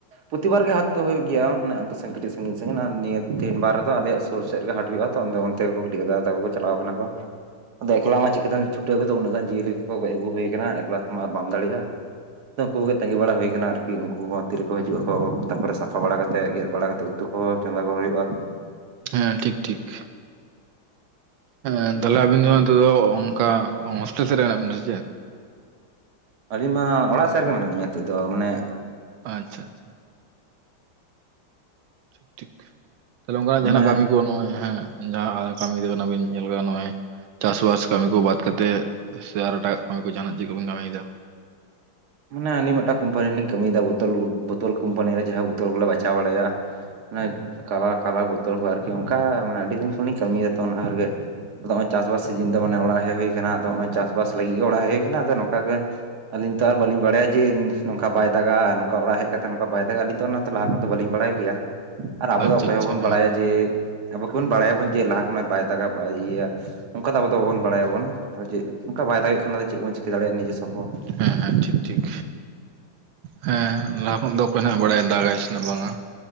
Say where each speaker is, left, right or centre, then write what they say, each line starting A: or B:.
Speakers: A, on the right; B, on the right.
A: ᱯᱨᱚᱛᱤᱵᱟᱨ ᱜᱮ ᱦᱟᱴ ᱫᱚ ᱦᱩᱭᱩᱜ ᱜᱮᱭᱟ ᱢᱟᱱᱮ ᱥᱟᱺᱤᱧ ᱥᱟᱺᱤᱧ ᱱᱤᱭᱟᱹ ᱛᱮᱦᱮᱱᱵᱟᱨ ᱨᱮᱫᱚ ᱟᱞᱮᱭᱟᱜ ᱥᱩᱨ ᱥᱮᱫᱜ ᱜᱮ ᱦᱟᱴ ᱦᱩᱭᱩᱜᱼᱟ ᱚᱱᱛᱮ ᱜᱮ ᱠᱟᱹᱴᱤᱡ ᱫᱟᱫᱟ ᱛᱟᱠᱚ ᱪᱟᱞᱟᱣ ᱠᱟᱱᱟ ᱠᱚ ᱟᱫᱚ ᱮᱠᱞᱟ ᱢᱟ ᱪᱤᱠᱟᱹᱛᱮᱢ ᱪᱷᱩᱴᱟᱹᱣᱜᱚᱫᱚ ᱩᱱᱟᱹᱜ ᱜᱟᱱ ᱡᱤᱭᱟᱹᱞᱤ ᱠᱚᱠᱚ ᱜᱚᱡ ᱟᱹᱜᱩ ᱦᱩᱭ ᱟᱠᱟᱱᱟ ᱮᱠᱞᱟ ᱛᱮᱢᱟ ᱟᱨ ᱵᱟᱢ ᱫᱟᱲᱮᱭᱟᱜᱼᱟ ᱛᱚ ᱩᱱᱠᱩ ᱠᱚ ᱜᱮ ᱛᱟᱸᱜᱤ ᱵᱟᱲᱟ ᱦᱩᱭ ᱟᱠᱟᱱᱟ ᱟᱨᱠᱤ ᱩᱱᱠᱩ ᱠᱚ ᱛᱤ ᱨᱮ ᱠᱚ ᱦᱤᱡᱩᱜ ᱟᱠᱚ ᱛᱟᱯᱚᱨᱮ ᱥᱟᱯᱷᱟ ᱵᱟᱲᱟ ᱠᱟᱛᱮᱫ ᱜᱮᱫ ᱵᱟᱲᱟ ᱠᱟᱛᱮᱫ ᱩᱛᱩ ᱠᱚᱦᱚᱸ ᱪᱚᱸᱫᱟ ᱠᱚ ᱦᱩᱭᱩᱜᱼᱟ
B: ᱦᱮᱸ ᱴᱷᱤᱠ ᱴᱷᱤᱠ ᱦᱮᱸ ᱛᱟᱦᱞᱮ ᱟᱵᱤᱱ ᱫᱚ ᱱᱤᱛᱚᱜ ᱫᱚ ᱚᱱᱠᱟ ᱦᱳᱥᱴᱮᱞ ᱥᱮᱫ ᱨᱮ ᱢᱮᱱᱟᱜ ᱵᱤᱱᱟ ᱥᱮ ᱪᱮᱫ
A: ᱟᱹᱞᱤᱧ ᱢᱟ ᱚᱲᱟᱜ ᱥᱮᱫ ᱨᱮᱜᱮ ᱢᱮᱱᱟᱜ ᱞᱤᱧᱟ ᱱᱤᱛᱚᱜ ᱫᱚ ᱢᱟᱱᱮ
B: ᱟᱪᱪᱷᱟ ᱟᱪᱪᱷᱟ ᱴᱷᱤᱠ ᱴᱷᱤᱠ ᱛᱟᱦᱞᱮ ᱚᱱᱠᱟᱱᱟᱜ
A: ᱢᱟᱱᱮ
B: ᱡᱟᱦᱱᱟᱜ ᱠᱟᱹᱢᱤ ᱱᱚᱜᱚᱭ ᱦᱮᱸ ᱡᱟᱦᱟᱸ ᱠᱟᱹᱢᱤ <unintelligible> ᱠᱟᱱᱟᱵᱤᱱ ᱧᱮᱞ ᱟᱠᱟᱫᱟ ᱱᱚᱜᱼᱚᱭ ᱪᱟᱥᱵᱟᱥ ᱠᱟᱹᱢᱤ ᱠᱚ ᱵᱟᱫᱛᱮᱫ ᱥᱮ ᱟᱨ ᱮᱴᱟᱜ ᱠᱟᱹᱢᱤ ᱠᱚ ᱡᱟᱦᱟᱱᱟᱜ ᱪᱮᱫ ᱠᱚᱵᱤᱱ ᱠᱟᱹᱢᱤᱭᱮᱫᱟ
A: ᱢᱟᱱᱮ ᱟᱹᱞᱤᱧ ᱢᱤᱫᱴᱟᱝ ᱠᱳᱢᱯᱟᱱᱤ ᱞᱤᱧᱠᱟᱢᱤᱭᱮᱫᱟ ᱵᱳᱛᱚᱞ ᱵᱳᱛᱳᱞ ᱠᱚᱳᱢᱯᱟᱱᱤ ᱨᱮ ᱡᱟᱦᱟᱸ ᱵᱳᱛᱳᱞ ᱠᱚᱞᱮ ᱵᱟᱪᱷᱟᱣ ᱵᱟᱲᱟᱭᱟ ᱚᱱᱟ ᱠᱟᱞᱟᱨ ᱠᱟᱞᱟᱨ ᱵᱳᱛᱚᱞ ᱠᱚ ᱟᱨᱠᱤ ᱚᱱᱠᱟ ᱢᱟᱱᱮ ᱟᱹᱰᱤ ᱫᱤᱱ ᱠᱷᱚᱱᱞᱤᱧ ᱠᱟᱹᱢᱤᱭᱮᱫᱟ ᱛᱚ ᱚᱱᱟ ᱜᱮ ᱾ ᱟᱫᱚ ᱱᱚᱜᱼᱚᱭ ᱪᱟᱥᱵᱟᱥ ᱥᱤᱡᱤᱱ ᱫᱚ ᱢᱟᱱᱮ ᱚᱲᱟᱜ ᱦᱮᱡ ᱦᱩᱭ ᱠᱟᱱᱟ ᱟᱠᱟᱱᱟ ᱟᱫᱚ ᱱᱚᱜᱼᱭ ᱪᱟᱥᱵᱟᱥ ᱞᱟᱹᱜᱤᱫ ᱜᱮ ᱚᱲᱟᱜ ᱦᱮᱡ ᱦᱩᱭ ᱟᱠᱟᱱᱟ ᱟᱫᱚ ᱱᱚᱝᱠᱟ ᱜᱮ ᱟᱞᱤᱧ ᱵᱟᱹᱞᱤᱧ ᱵᱟᱲᱟᱭᱟ ᱡᱮ ᱱᱚᱝᱠᱟ ᱵᱟᱭ ᱫᱟᱜᱟ ᱱᱚᱝᱠᱟ ᱚᱲᱟᱜ ᱦᱮᱡ ᱠᱟᱛᱮ ᱱᱚᱠᱟ ᱵᱟᱭ ᱫᱟᱜᱟ ᱟᱹᱞᱤᱧ ᱫᱚ ᱚᱱᱟᱛᱮ ᱞᱟᱦᱟ ᱠᱷᱚᱱ ᱫᱚ ᱵᱟᱞᱤᱧ ᱵᱟᱲᱟᱭ ᱜᱮᱭᱟ᱾ ᱟᱨ ᱟᱵᱚ
B: ᱟᱪᱪᱷᱟ
A: ᱫᱚ ᱚᱠᱚᱭ
B: ᱟᱪᱪᱷᱟ
A: ᱦᱚᱸᱵᱟᱵᱚᱱ
B: ᱦᱮᱸ
A: ᱵᱟᱲᱟᱭᱟ ᱡᱮ ᱟᱵᱚ ᱠᱤ ᱵᱚᱱ ᱵᱟᱲᱟᱭᱟ ᱵᱚᱱ ᱡᱮ ᱞᱟᱦᱟ ᱠᱷᱚᱱᱟᱜ ᱵᱟᱭ ᱫᱟᱜᱟ ᱵᱟᱭ ᱤᱭᱟᱹᱭᱟ ᱚᱝᱠᱟ ᱫᱚ ᱟᱵᱚ ᱫᱚ ᱵᱟᱵᱚᱱ ᱵᱟᱲᱟᱭᱟ ᱵᱚᱱ᱾ ᱟᱫᱚ ᱪᱮᱜ ᱚᱝᱠᱟ ᱵᱟᱭ ᱫᱟᱜᱮᱜ ᱠᱷᱟᱱ ᱟᱫᱚ ᱪᱮᱜ ᱵᱚᱱ ᱪᱤᱠᱟᱹ ᱫᱟᱲᱮᱭᱟᱜ-ᱟ ᱱᱤᱡᱮ ᱥᱚᱢᱵ ᱦᱚᱸ᱾
B: ᱦᱩᱸ ᱦᱩᱸ ᱴᱷᱤᱠ ᱴᱷᱤᱠ ᱦᱮᱸ ᱞᱟᱦᱟ ᱠᱷᱚᱱ ᱫᱚ ᱠᱚᱭᱱᱟᱜ ᱵᱟᱰᱟᱭ ᱫᱟᱲᱮ ᱟᱭᱥᱮᱱᱟᱜ ᱵᱟᱝᱟ